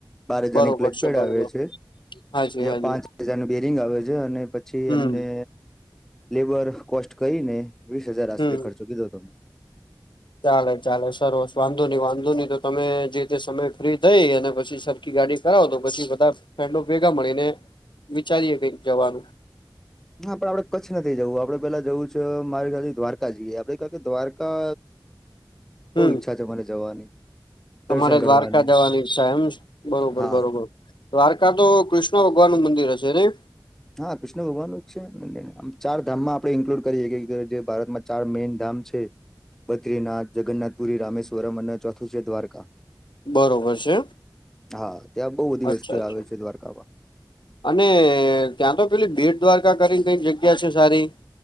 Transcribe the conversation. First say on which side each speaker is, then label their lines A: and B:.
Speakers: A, in the centre; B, on the left (about 75°).
A: બાર હજારની
B: બરોબર
A: ક્લચપેડ
B: છે બરોબર
A: આવે છે
B: હાજી
A: બીજા
B: હાજી
A: પાંચ હજારનું બેરિંગ આવે છે અને પછી
B: હમ
A: એમને લેબર કોસ્ટ કરીહીને વીસ હજાર આશરે
B: હમ
A: ખર્ચો કીધો તમે
B: ચાલે ચાલે સરવસ વાંધો નહી વાંધો નહી તો તમે જે તે સમય ફ્રી થઈ અને પછી સર ગાડી કરાવો તો પછી બધા ફન્ડો ભેગા મળીને વિચારીએ કઈક જવાનું.
A: હ પડ આપડે કચ્છ નથી જવું, આપડે પેલા જવું છે મારી ખ્યાથી દ્વારકા જઈએ આપડે કા કે દ્વારકા બો
B: હમ
A: ઈચ્છા છે મને જવાની.
B: તમારે
A: દર્શન કરવાની
B: દ્વારકા જવાની ઈચ્છા એમ, બરોબર
A: હા
B: બરોબર. દ્વારકા તો કૃષ્ણ ભગવાનનું મંદિર હશે ને?
A: હા કૃષ્ણ ભગવાનનું જ છે, આમ ચાર ધામમાં આપણે ઇન્કલુડ કરીએ કે જે ભારતમાં ચાર મેઈન ધામ છે બદ્રીનાથ, જગરનાથપુરી, રામેશ્વરમ અને ચોથું છે દ્વારકા.
B: બરોબર છે
A: હા ત્યાં બઉ બધી
B: અચ્છા
A: વસ્તી
B: અચ્છા
A: આવે છે દ્વારકામાં.
B: અને ત્યાં તો પેલી ભીડ દ્વારકા કરીને કઈ જગ્યા છે સારી?